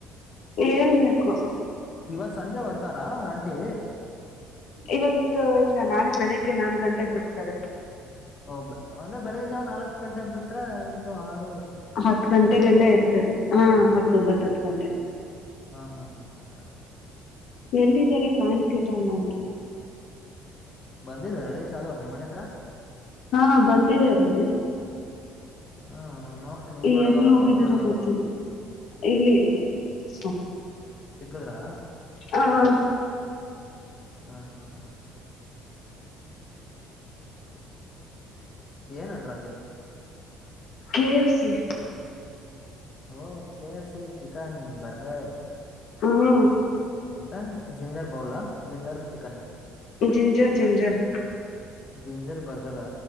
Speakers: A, on the left; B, on the left.
A: ಏನ್ ಕ್ಕು.
B: ಇವತ್ ಸಂಜೆ ಹೊಡ್ತಾರಾ ಆಂಟೀ.
A: ಇವತ್ತು ಇಲ್ಲ ನಾಳೆ ಬೆಳಿಗ್ಗೆ ನಾಲ್ಕ್ ಗಂಟೆಗ್ ಬಿಡ್ತಾರೆ.
B: ಓ ಬ ಒಂದ್ರೆ ಬೆಳಗಿನ್ ಜಾವ ನಾಲ್ಕಕ್ ಗಂಟೆಂಗ್ ಬಿಟ್ರೆ ಐದು ಆರ್
A: ಹತ್ ಗಂಟೆಗೆಲ್ಲ ಇರ್ತದೆ ಹಾ ಹತ್ತೊಂಬತ್ತ ಹತ್ ಗಂಟೆಗೆ.
B: ಹಾ ಹಾ ಹಾ ಹಾ
A: ಎಲ್ಲಿದಿರಿ ಕಾಣ್ಸ್ <unintelligible>
B: ಬಂದಿದರ ರೀಚಾಗವ್ರ್ ನಿಮ್ಮ್ ಮನೆತ್ರ.
A: ಹಾ ಬಂದಿದ್ದಾರೇ,
B: ಹ್ಮ್ ನೋಡು ನಿಮ್
A: ಈ
B: ರೋಡಾಗವ್ರ
A: ಎಲ್ಲ್ ಹೋಗಿದರೋ
B: ಪಕ್ಕದ ರೋಡಾಗವ್ರ
A: ಗೊತ್ತಿಲ್ಲ. ಇಲ್ಲಿ ಇಲ್ಲಿ ಸ್ಟಾಪ್.
B: ಸಿಕ್ಕದ್ರಾ
A: ಹ ಹಾ.
B: ಹಾ ಹಾ ಹಾ. ಏನ್ ಆರ್ಡರ್ಕ್ಕಿದ್ದೆ.
A: K FC.
B: ಓ K F C chicken burgers.
A: ಹಾ.
B: ಎಂತ ಜಿಂಗಾರ್ ಬೌಲ ಜಿಂಗಾರ್ವ್ ಚಿಕನ್ನ.
A: ಜಿಂಜರ್ ಜಿಂಜರ್
B: ಜಿಂಜರ್ ಬರ್ಗರ್ರ.